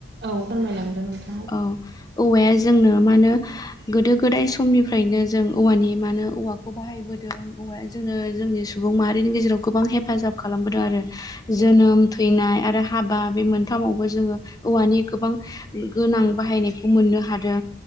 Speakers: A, on the right (about 60°); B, on the left (about 20°).
A: औ फोरमायलांदों नों
B: औ औवाया जोंनो मा होनो गोदो गोदाय समनिफ्रायनो जों औवानि म होनो औवाखौ बाहायबोदों जोङो जोंनि सुबुं माहारिनि गेजेराव गोबां हेफाजाब खालामबोदों आरो जोनोम थैनाय आरो हाबा बे मोनथामावबो जोङो औवानि गोबां गोनां बाहायनायखौ मोननो हादों